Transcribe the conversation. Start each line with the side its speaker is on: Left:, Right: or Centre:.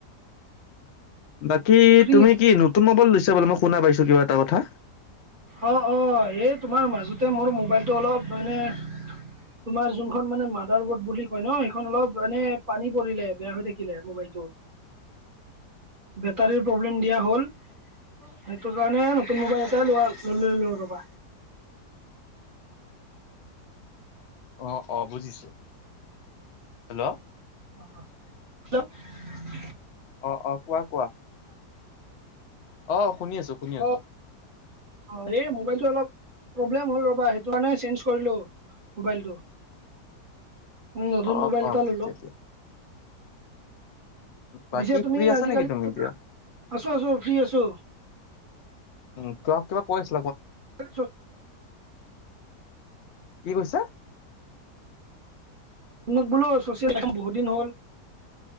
Left: বাকী
Right: ফ্ৰী
Left: তুমি কি নতুন মোবাইল লৈছা বোলে, মই শুনা পাইছো কিবা এটা কথা।
Right: অ', অ' এই তোমাৰ মাজতে মোৰ মোবাইলটো অলপ মানে তোমাৰ যোনখন মানে মাডাৰ বৰ্ড বুলি কয় ন সেইখন অলপ এনে পানী পৰিলে বেয়া হৈ থাকিলে মোবাইলটো। বেটাৰীৰ প্ৰব্লেম দিয়া হ'ল সেইটো কাৰণে নতুন মোবাইল এট লোৱাল লৈ ল ৰবা।
Left: অ', অ, বুজিছো। হেল্ল'?
Right: <inaudible>
Left: অ', অ' কোৱা কোৱা? অ শুনি আছো শুনি আছো
Right: অ, অ' এই মোবাইলটো অলপ প্ৰব্লেম হ'ল ৰ'বা সেইটো কাৰণে চেঞ্জ কৰিলো মোবাইলটো। উম, নতুন
Left: অ
Right: মোবাইল
Left: অ
Right: এটা ললো।
Left: ঠিকে দিয়া বাকী
Right: পিছে তুমি
Left: ফ্ৰী আছা
Right: আজিকালি
Left: নেকি তুমি এতিয়া
Right: আছো আছো ফ্ৰী আছো।
Left: উম, কিবাক কিবা কৈছি।
Right: <unintelligible>
Left: কি কৈছা
Right: মোক বোলো অ-চছিয়েল একাম বহুত দিন হ'ল।